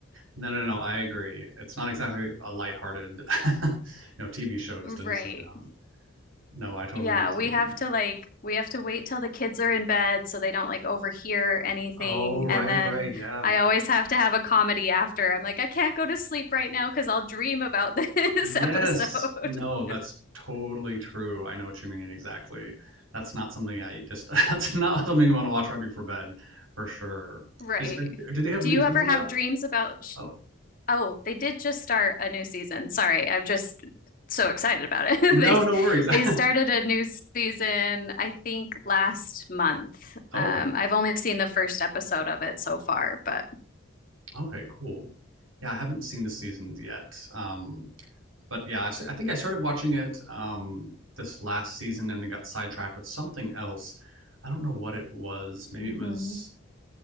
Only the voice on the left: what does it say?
Right.
Yeah,
we
have to like we have to wait till the kids are in bed so they don't like overhear anything.
And then
I always have to have a comedy after. I'm like, I can't go to sleep right now because I'll dream about <laughs> this
episode.
<laughs>
Right.
Do
you
ever have
dreams about sh-
Oh, they did just start a new season. Sorry, I'm just so excited about it.
<laughs> They
they
started a new season, I think last month.
Um, I've only seen the first episode of it so far, but
Mhm.